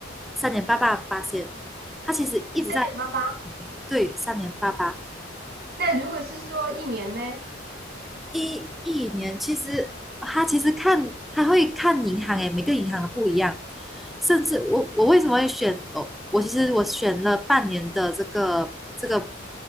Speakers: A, in the centre; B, on the right.
A: 三点八八八千，它其实一直在
B: 三点八八。
A: 对三点八八
B: 那如果是说一年呢？
A: 一一年其实他其实看他会看银行诶，每个银行的不一样。甚至我我为什么会选哦？我其实我选了半年的这个这个